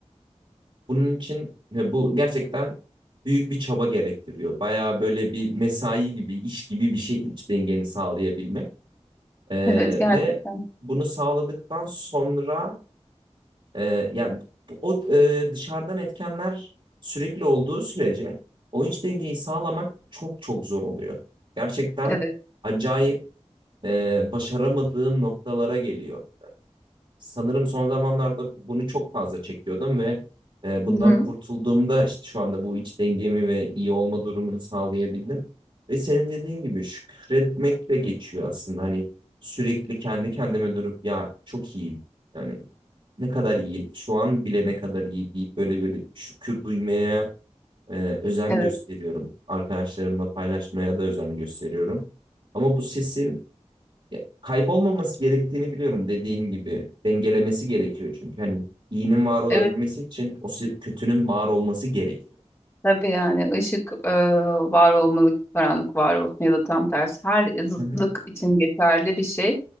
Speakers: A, on the right; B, on the left.
A: bunun için ve bu gerçekten büyük bir çaba gerektiriyor. Bayağı böyle bir mesai gibi, iş gibi bir şey iç dengeni sağlayabilmek. E,
B: Evet gerçekten.
A: ve bunu sağladıktan sonra Ee, yani bu- o e, dışarıdan etkenler sürekli olduğu sürece o iç dengeyi sağlamak çok çok zor oluyor. Gerçekten
B: Evet.
A: acayip e, başaramadığım noktalara geliyor. Sanırım son zamanlarda bunu çok fazla çekiyordum ve e, bundan
B: Hı hı.
A: kurtulduğumda işte şu anda bu iç dengemi ve iyi olma durumunu sağlayabildim. Ve senin dediğin gibi şükretmekle geçiyor aslında. Hani sürekli kendi kendime durup ya çok iyiyim. Yani ne kadar iyi, şu an bile ne kadar iyi deyip böyle böyle şükür duymaya e, özen
B: Evet.
A: gösteriyorum. Arkadaşlarımla paylaşmaya da özen gösteriyorum. Ama bu sesin ya, kaybolmaması gerektiğini biliyorum dediğin gibi. Dengelemesi gerekiyor çünkü. Hani iyinin var olabilmesi
B: Evet
A: için o se- kötünün var olması gerekiyor.
B: tabii yani ışık e, var olmalı, ki karanlık var olsun ya da tam tersi her zıtlık
A: Hı hı.
B: için geçerli bir şey.